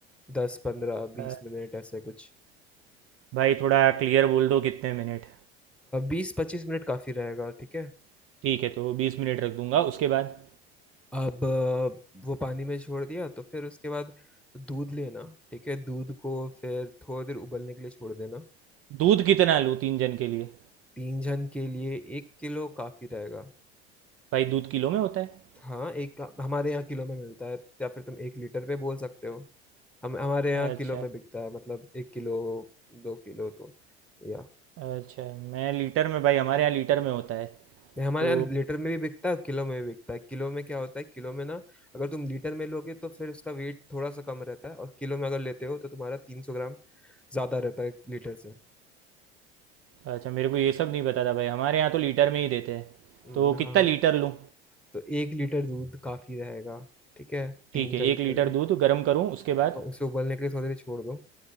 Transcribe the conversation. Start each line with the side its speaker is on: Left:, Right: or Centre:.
Centre: दस पंद्रह
Right: अ,
Centre: बीस मिनट ऐसे कुछ
Right: भाई थोड़ा क्लियर बोल दो कितने मिनट
Centre: बीस पच्चीस मिनट काफी रहेगा ठीक है
Right: ठीक है तो बीस मिनट रख दूंगा उसके बाद
Centre: अब अ, वो पानी में छोड़ दिया तो फिर उसके बाद दूध लेना ठीक है दूध को फिर थोड़ी देर उबलने के लिए छोड़ देना
Right: दूध कितना लूँ तीन जन के लिए
Centre: तीन जन के लिए एक किलो काफी रहेगा
Right: भाई दूध किलो में होता है
Centre: हाँ एक हमारे यहाँ किलो में मिलता है या फिर तुम एक लीटर पे बोल सकते हो हम हमारे यहाँ
Right: अच्छा
Centre: किलो में बिकता है मतलब एक किलो दो किलो तो या
Right: अच्छा मैं लीटर में भाई हमारे यहाँ लीटर में होता है
Centre: नहीं हमारे
Right: तो
Centre: यहाँ लीटर में भी बिकता है किलो में भी बिकता है किलो में क्या होता है किलो में ना अगर तुम लीटर में लोगे तो फिर उसका वेट थोड़ा सा कम रहता है और किलो में अगर लेते हो तो तुम्हारा तीन सौ ग्राम ज्यादा रहता है लीटर से
Right: अच्छा मेरे को ये सब नहीं पता था भाई हमारे यहाँ तो लीटर में ही देते हैं
Centre: हम्म,
Right: तो कितना
Centre: हाँ
Right: लीटर लूँ
Centre: तो एक लीटर दूध काफी रहेगा ठीक है तीन
Right: ठीक है
Centre: जन
Right: एक
Centre: के
Right: लीटर
Centre: लिए
Right: दूध गर्म करूँ उसके बाद
Centre: और उसे उबलने के लिए थोड़ी देर छोड़ दो